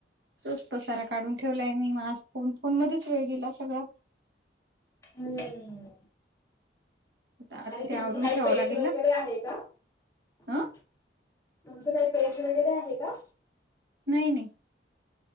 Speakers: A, on the right; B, on the left.
A: तोच पसारा काढून ठेवलाय मी आज फोन फोन मध्येच वेळ गेला सगळा
B: हम्म
A: आता
B: आणि
A: ते
B: तुमचं
A: आवरून
B: काही
A: ठेवावं
B: पेज
A: लागेल
B: वगैरे
A: ना
B: आहे का
A: ह
B: तुमचं काही पेज वगैरे आहे का
A: नाही नाही